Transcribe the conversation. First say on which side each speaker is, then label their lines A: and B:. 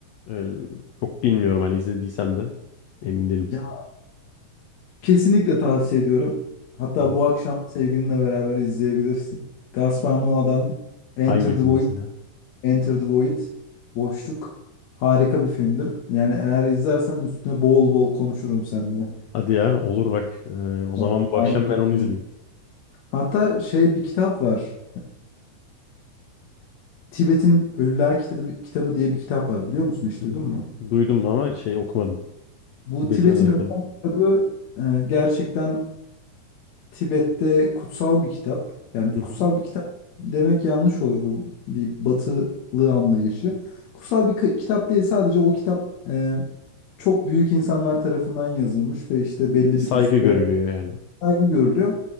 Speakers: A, on the left; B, on the left.
A: Ee, çok bilmiyorum hani izlediysem de emin değilim.
B: Ya kesinlikle tavsiye ediyorum. Hatta
A: Hı hı.
B: bu akşam sevgilinle beraber izleyebilirsin. Gaspar Noé'dan Enter
A: Hangi film
B: the Void,
A: mesela?
B: Enter the Void, Boşluk harika bir filmdir. Yani eğer izlersen üstüne bol bol konuşurum seninle.
A: Hadi ya olur bak. Ee, o zaman
B: Yani
A: bu
B: harika
A: akşam
B: bir
A: ben onu
B: film.
A: izleyeyim.
B: Hatta şey bir kitap var. Tibet'in Ölüler Kitabı, kitabı diye bir kitap var biliyor musun hiç
A: Hı
B: duydun
A: hı.
B: mu?
A: Duydum ama şey okumadım.
B: Bu
A: Tibet'in
B: Tibet'in
A: Ölüler
B: Ölüler
A: kitabı.
B: Kitabı e, gerçekten Tibet'te kutsal bir kitap. Yani
A: Hı
B: kutsal
A: hı.
B: bir kitap demek yanlış olur bu bir batılı anlayışı. Kutsal bir ki- kitap değil sadece o kitap e, çok büyük insanlar tarafından yazılmış ve işte belli
A: Saygı
B: bir düsture
A: görülüyor yani.
B: saygı görülüyor.